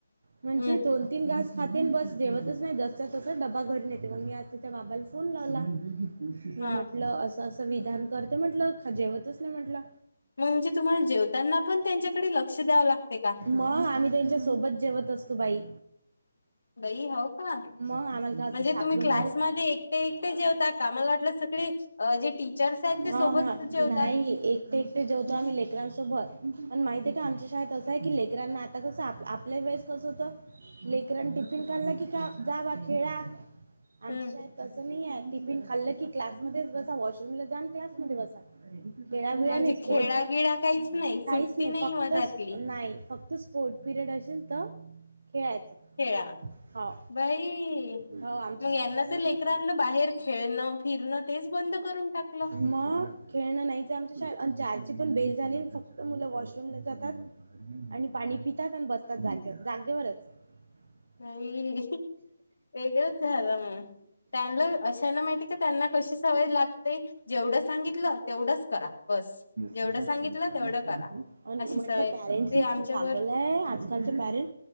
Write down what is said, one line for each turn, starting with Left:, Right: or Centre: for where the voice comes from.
Left: हम्म
Right: म्हणजे दोन तीन घास खातन बस जेवतच नाही जसत तसाच ड्बा घरीून येते मग मी आज त्याच्या बाबाला फोन लावला क
Left: हा
Right: म्हंटलं असं असं विधान करते म्हटल जेवतच नाही म्हंटलं
Left: म्हणजे तुम्हाला जेवताना पण त्यांच्याकडे लक्ष द्यावं लागते का
Right: मग आम्ही त्यांच्यासोबत जेवत असतो बाई
Left: बाई होव का
Right: मग आम्हाला का असं
Left: म्हणजे
Right: स्टाफरूम
Left: तुम्ही क्लासमध्ये
Right: मध्ये
Left: एकटे एकटे जेवता का मला वाटलं सगळी अ जे टीचर्स आहेत ते
Right: हा
Left: सोबत
Right: हा
Left: जेवतात
Right: नाही एकटे एकटे जेववो आम्ही लेकरांसोबत प माहितय का आमच्या शाेत असं आहेी लेकरांना आता कसं आप आपल्या वेळेस कसं होतं लेकरन टिफिन काढला की का जावा खेळा आमच्या
Left: हम्म
Right: शाळेत तसं नाही आहे टिफिन खाल्लं की क्लासमध्येध्येच बसा वॉशरूमला जान क्लासमध्ये बसा खेळा खिळ
Left: म्हणजे
Right: नाही स्पोर्ट
Left: खेळागिळा काहीच नाही
Right: काहीच
Left: सुट्टी
Right: नाही फक्त
Left: मधातली
Right: नाही फक्त स्पोर्ट पिरियड असेल तर खेळायचं
Left: खेळा
Right: हो
Left: बाई
Right: हो आमच्या
Left: मग
Right: शाळेत
Left: यांना
Right: असं
Left: तर
Right: नाहीच
Left: लेकर
Right: आहे
Left: आणलं बाहेर खेळणं फिरणं तेच बंद करून टाकलं
Right: मग खेळणं नाहीच आमच्या चारची पण बेल झाली फक्त मुलं वॉशरूमला जातात आणि पाणी पितात आणि बसतात जागे जागेवरच <unintelligible>
Left: नाही वेगळंच झालं मग. त्यांना अशाना माहिती का त्यांना कशी सवय लागते जेवढं सांगितलं तेवढंच करा बस जेवढं
Right: सा
Left: सांगितलं
Right: चिंता
Left: तेवढं करा.
Right: म्हटलं
Left: अशी सवय
Right: पॅरेंट्स
Left: ते
Right: इतकीे
Left: आमच्यावर
Right: पागल आहे आजकालचे पॅरेंट